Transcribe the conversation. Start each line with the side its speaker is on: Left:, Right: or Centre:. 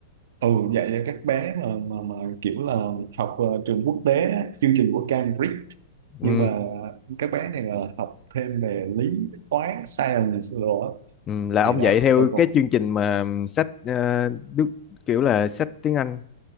Right: ừ dạy cho các bé mà mà mà kiểu là học ờ, trường quốc tế á, chương trình của Cambridge
Left: ừ
Right: nhưng mà các bé này là học thêm về lý toán science rồi á.
Left: Ừ, là ông
Right: thì đó
Left: dạy theo
Right: tôi còn
Left: cái chương trình mà sách ờ, Đức kiểu là sách tiếng Anh